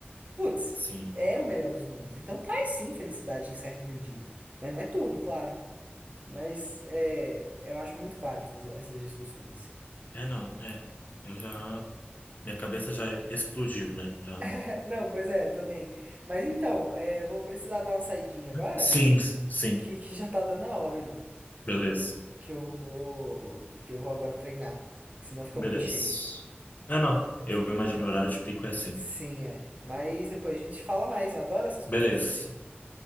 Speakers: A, on the right (about 35°); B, on the left (about 45°).
A: Putz,
B: sim.
A: é o melhor dos mundos. Então traz sim felicidade em certa medida, mas não é tudo, claro. Mas é, eu acho muito válido essas, essas discussões, assim.
B: É, não, é. Eu já. Minha cabeça já explodiu, né? Já.
A: <laughs> Não, pois é, também. Mas então, é, eu vou precisar dar uma saidinha agora,
B: Sim, sim.
A: que, que já tá dando a hora ali.
B: Beleza.
A: Que eu vou, vou- que eu vou agora treinar, que senão fica
B: Beleza.
A: muito cheio.
B: É, não. Eu imagino o horário de pico é assim.
A: Sim, é. Mas depois a gente fala mais, eu adoro essas conversas
B: Beleza.
A: assim,